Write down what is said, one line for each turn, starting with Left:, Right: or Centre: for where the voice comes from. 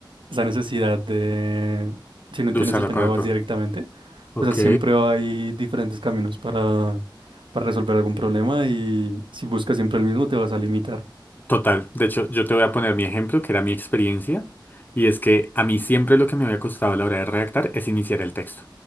Right: esa necesidad de, si no
Left: De
Right: entiendes
Left: usarla
Right: el tema,
Left: para
Right: vas
Left: todo.
Right: directamente.
Left: Ok.
Right: O sea, siempre hay diferentes caminos para, para resolver algún problema y si buscas siempre el mismo, te vas a limitar.
Left: Total, de hecho, yo te voy a poner mi ejemplo, que era mi experiencia, y es que a mí siempre lo que me había costado a la hora de redactar es iniciar el texto,